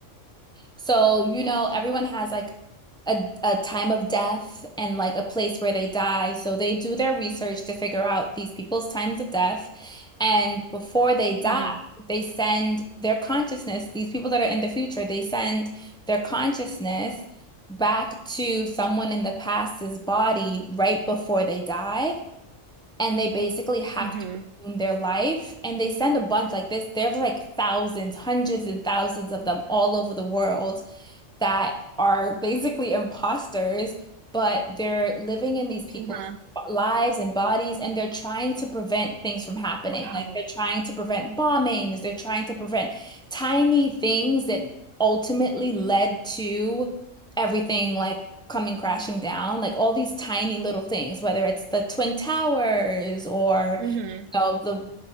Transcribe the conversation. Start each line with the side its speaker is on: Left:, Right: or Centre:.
Centre: So, you know, everyone has like a, a time of death and like a place where they die. So they do their research to figure out these people's times of death. And before they die,
Right: hmm
Centre: they send their consciousness, these people that are in the future, they send their consciousness back to someone in the past's body right before they die. And they basically have
Right: Mhm.
Centre: to resume their life. And they send a bunch like this. There's like thousands, hundreds and thousands of them all over the world that are basically imposters, but they're living in these people's
Right: Mhm.
Centre: lives and bodies, and they're trying to prevent things from happening.
Right: Wow.
Centre: Like they're trying to prevent bombings, they're trying to prevent tiny things that ultimately led to everything like coming crashing down, like all these tiny little things, whether it's the Twin Towers or
Right: Mhm.
Centre: you know, the